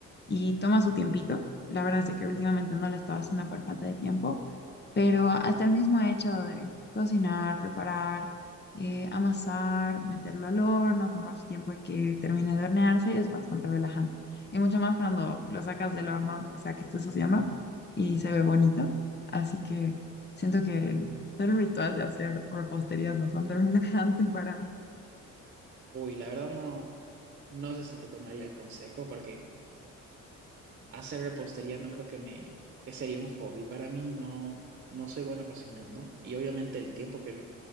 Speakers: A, on the left; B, on the right.
A: y toma su tiempito. La verdad es de que últimamente no la estaba haciendo por falta de tiempo, pero hasta el mismo hecho de cocinar, preparar, eh, amasar, meterlo al horno, tomar su tiempo en que termine de hornearse es bastante relajante. Y mucho más cuando lo sacas del horno, lo que sea que estés haciendo, y se ve bonito. Así que siento que el, todo el ritual de hacer repostería es bastante <laughs> relajante para mí.
B: Uy, la verdad no, no sé si te tomaría el consejo porque hacer repostería no creo que me que sería un hobby para mí. No, no soy bueno cocinando y obviamente el tiempo que, re-